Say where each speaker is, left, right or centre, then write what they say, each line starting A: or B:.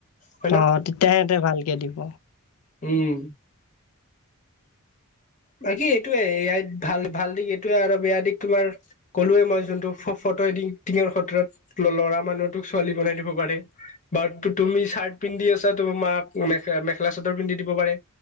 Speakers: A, on the left (about 35°); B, on the left (about 75°).
A: হয় ন
B: অ'তেতিয়া সেহেঁতে ভালকে দিব।
A: উম। বাকী, এইটোৱে এআইত ভাল ভাল দিশ, এইটোৱে আৰু বেয়া দিশ তোমাৰ ক'লোৱে মই, যোনটো ফ ফ'টো এডিটিঙৰ ক্ষেত্ৰত ল ল'ৰা মানুহটোক ছোৱালী বনাই দিব পাৰে। বাৰ তু তুমি চাৰ্ট পিন্ধি আছা, তোমাক মেখলা মেখেলা চাদৰ পিন্ধি দিব পাৰে।